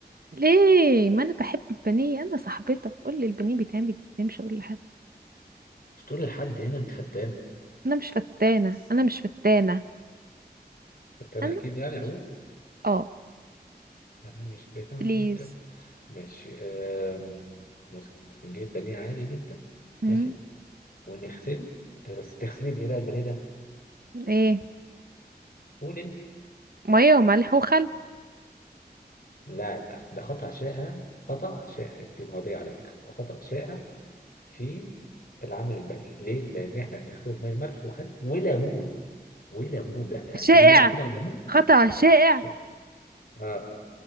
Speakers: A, on the right (about 60°); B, on the left (about 65°).
A: ليه ما انا بحب البانيه انا صاحبتك قولي البانيه بيتعمل ازاي مش هقول لحد
B: مش تقول لحد هنا انت فتانه
A: انا مش فتانة
B: بس
A: انا مش فتانة
B: فتانه
A: انا
B: اكيد يعني
A: مش
B: اقول
A: اه
B: انا مش بتاعتك
A: بليز
B: ماشي آم، بص يا ستي، نجيب البانيه عادي جدا
A: مم.
B: ماشي ونغسله بس تغسليه بايه بقى البانيه ده
A: ايه
B: قول انت
A: مية وملح وخل
B: لا لا ده خطأ شائع خطأ شائع انت معدية على فكرة ده خطأ شائع في العمل البني ليه؟ لأن إحنا بنغسله بمية ملح وخل وليمون وليمون لا
A: شائع
B: أكدي لي بقى كده على الليمون
A: خطأ شائع
B: ش- آه